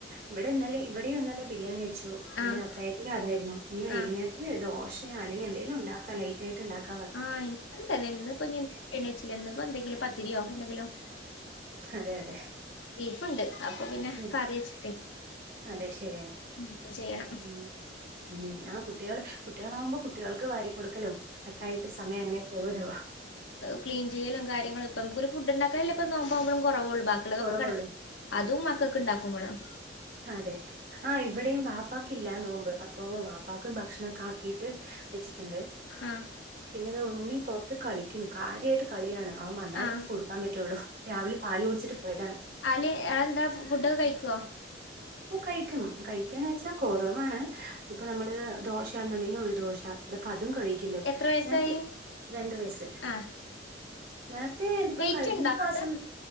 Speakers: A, on the right (about 55°); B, on the left (about 85°).
A: ഇവടെന്നാലെ ഇവടെയും ഇന്നല്ല ബിരിയാണി വെ ച്ചു പിന്നെ
B: ആഹ്
A: അത്തായത്തിന് അതായിരുന്നു ഇനി വൈകുന്നേര
B: ആഹ്
A: ദോശ അല്ലെങ്കിൽ എന്തെങ്കിലും ഉണ്ടാക്കലയി റ്റായിട്ട് ഇണ്ടാക്ക
B: ആഹ് ഇൻക്കും തന്നെ ഇന്നിപ്പോ ഏണിച്ചില്ല ഇന്നിപ്പോ എന്തെങ്കിലും പത്തിരിയോ എന്തെങ്കിലോ <inaudible>
A: അതെ അതെ
B: ബീഫ്ണ്ട് അപ്പോ പിന്നെ
A: ഉം
B: കറിവെച്ചിട്ടേ
A: അതെ ശരിയന്നെ
B: <unintelligible> ചെയ്യണം
A: ഉം ഉം ആഹ് കുട്ടികള് കുട്ടികളാകുമ്പോ കുട്ടികൾക്ക് വാരി കൊടുക്കലും ഒക്കെ ആയിട്ട് സമയം അങ്ങനെ പോവുലോ
B: ക്ലീൻ ചെയ്യലും കാര്യങ്ങളും ഇപ്പോ നമ്മൊക്കൊരു ഫുണ്ടോണ്ടാക്കലല്ലേ ഇപ്പോ നോമ്പാവുമ്പളും കൊറവോള്ളൂ ബാക്കിളതൊക്കെ
A: കുറവുള്ളൂ
B: കെട അതും മക്കൾക്ക് ഇണ്ടാക്കും വേണം
A: അതെ ആഹ് ഇവിടെയും വാപ്പക്ക് ഇല്ലാന്ന് നോമ്പ് അപ്പൊ വാപ്പക്കും ഭക്ഷണൊക്കെ ആക്കിട്ട് വെച്ചിട്ടുണ്ട്
B: ആഹ്
A: പിന്നെ ഇത് ഉണ്ണി പുറത്ത് കളിക്കണു കാര്യമായിട്ട് കളിയാണ് അവൻ വന്നാലെ
B: ആഹ്
A: എനി കൊടുക്കാൻ പറ്റുള്ളു രാവിലെ പാല് കുടിചിട്ട് പോയതാണ്
B: ആല് എന്താ ഫുഡൊക്കെ കഴിക്കുവോ
A: ഓഹ് കയിക്കും കയിക്കാനാച്ച് കുറവാണ് ഇപ്പോ നമ്മള് ദോശയാണെന്നുണ്ടെങ്കിൽ ഒരു ദോശ ചിലപ്പോ അതും കഴിക്ക
B: എത്ര വയസ്സായി
A: നേത്തെ രണ്ട് വയസ്സ്
B: ആഹ്
A: നേരത്തെ ഇതിപ്പോ
B: വെയിറ്റ്
A: കഴിഞ്ഞ
B: ഉണ്ടോ ആൾക്ക്
A: മാസം